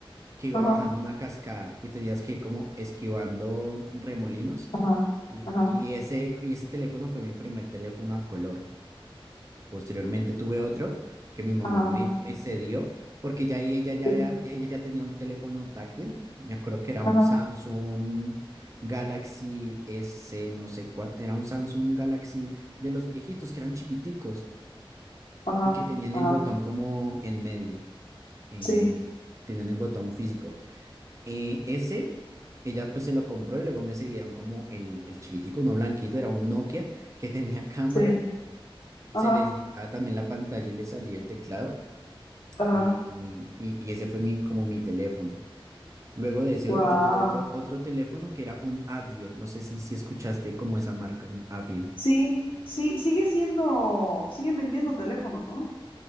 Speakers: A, on the right (about 35°); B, on the left (about 65°).
A: que iba
B: Ajá,
A: bajando una cascada y tenías que ir como esquivando remolinos.
B: ajá,
A: Y,
B: ajá,
A: y ese, y ese teléfono fue mi primer teléfono a color. Posteriormente tuve otro que mi mamá
B: ajá,
A: me,
B: ajá,
A: me cedió porque ya ahí ella ya,
B: sí,
A: había- ya- ella ya tenía un teléfono táctil. Me acuerdo que era un
B: ajá,
A: Samsung Galaxy S, no sé cuánto. Era un Samsung Galaxy de los viejitos que eran chiquiticos
B: ajá,
A: y que tenían
B: ajá,
A: el botón como en medio. eh,
B: sí,
A: tenían el botón físico. Eh, ese, ella pues se lo compró y luego me cedieron como el, el chiquitico, no blanquito, era un Nokia que tenía <laughs> cámara
B: sí,
A: se
B: ajá,
A: les daba también la pantalla y le salía el teclado.
B: ajá,
A: Y, y- y ese fue mi, como mi teléfono. Luego de ese,
B: wow.
A: yo tuve otro, otro teléfono que era un Avio. No sé si, si escuchaste como esa marca, un Avio.
B: Sí, sí, sigue siendo, siguen vendiendo teléfonos, ¿no?